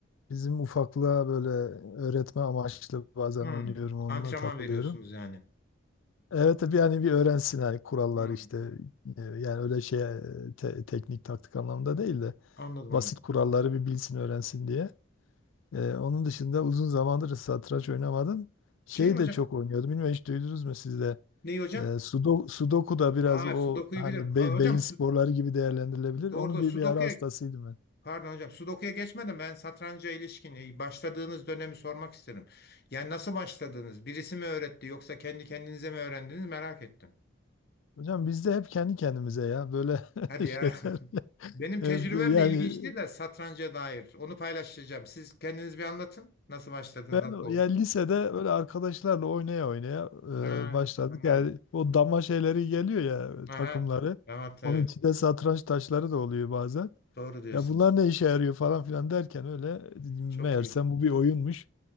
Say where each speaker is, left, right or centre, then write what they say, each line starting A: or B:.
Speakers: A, on the left; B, on the left.
A: bizim ufaklığa böyle öğretme amaçlı bazen
B: Hmm.
A: oynuyorum onunla
B: Antrenman
A: takılıyorum.
B: veriyorsunuz yani.
A: Evet tabii yani bir öğrensin hani kurallar
B: Hmm,
A: işte e, yani öyle şey e, te- teknik taktik anlamında değil de
B: anladım
A: basit
B: anladım.
A: kuralları bir bilsin öğrensin diye. E, onun dışında uzun zamandır satranç oynamadım. Şeyi
B: Şey hocam,
A: de çok oynuyordum. Bilmiyorum hiç duydunuz mu siz de?
B: neyi hocam?
A: E, sudo, sudoku da biraz
B: Ha,
A: o
B: Sudoku'yu
A: hani
B: bilirim. Aa,
A: be-
B: hocam
A: beyin
B: su,
A: sporları gibi değerlendirilebilir.
B: doğru
A: Onun
B: doğru.
A: bir,
B: Sudoku'ya
A: bir ara hastasıydım ben.
B: pardon hocam Sudoku'ya geçmeden ben satranca ilişkin e, başladığınız dönemi sormak isterim. Yani nasıl başladınız? Birisi mi öğretti yoksa kendi kendinize mi öğrendiniz merak ettim.
A: Hocam biz de hep kendi kendimize ya böyle <laughs>
B: Hadi ya.
A: şeyler.
B: <laughs> Benim tecrübem
A: E, yani
B: de ilginçti de satranca dair. Onu paylaşacağım. Siz kendiniz bir anlatın. Nasıl başladınız?
A: Ben
B: Nasıl
A: o-
B: oldu?
A: yani lisede böyle arkadaşlarla oynaya oynaya
B: Ha,
A: e, başladık.
B: anladım.
A: Yani o dama şeyleri geliyor ya takımları.
B: Aha, tamam evet.
A: Onun içinde satranç taşları da oluyor bazen.
B: Doğru diyorsunuz.
A: Ya bunlar ne işe yarıyor falan filan derken öyle
B: Çok
A: meğersem
B: iyi.
A: bu bir oyunmuş.